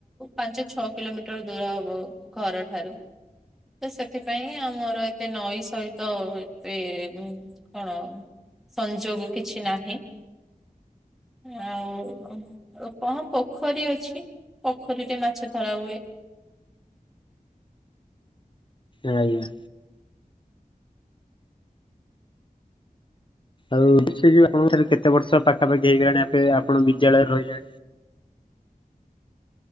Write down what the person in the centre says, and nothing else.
ପାଞ୍ଚ ଛଅ କିଲୋମିଟର ଦୂର ହବ। ଘରଠାରୁ। ତ ସେଥିପାଇଁ ଆମର ଏତେ ନଈ ସହିତ ଏତେ କଣ ସଂଯୋଗ କିଛି ନାହିଁ। ଆଉ କଣ ପୋଖରୀ ଅଛି ପୋଖରୀରେ ମାଛ ଧରା ହୁଏ।